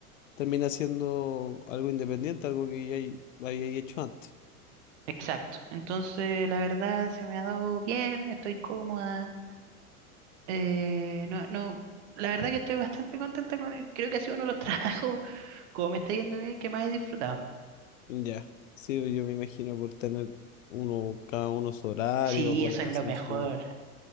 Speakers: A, on the left (about 60°); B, on the right (about 50°).
A: termina siendo algo independiente, algo que ya hay- había hecho antes.
B: Exacto. Entonces, la verdad se me ha dado bien, estoy cómoda. eh, no, no, la verdad que estoy bastante contenta con él. Creo que ha sido uno de los <laughs> trabajos, como me está yendo bien, que más he disfrutado.
A: Ya, sí, yo me imagino por tener uno, cada uno su horario,
B: Sí,
A: poder
B: eso es
A: hacer
B: lo mejor.
A: su...